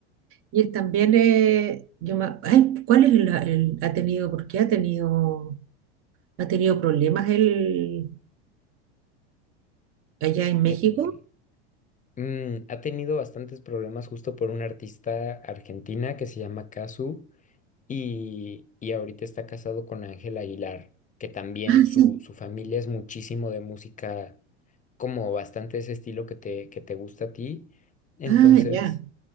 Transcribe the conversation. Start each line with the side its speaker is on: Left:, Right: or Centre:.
Right: Y él también, eh, yo me- ay, ¿cuál es la- el, ha tenido, por qué ha tenido, ha tenido problemas él allá en México?
Left: Eh, mm, ha tenido bastantes problemas justo por una artista argentina que se llama Cazzu Y, y ahorita está casado con Ángel Aguilar, que también
Right: Ah,
Left: su,
Right: sí,
Left: su familia es muchísimo de música, como bastante ese estilo que te, que te gusta a ti. Entonces,
Right: ah, ya.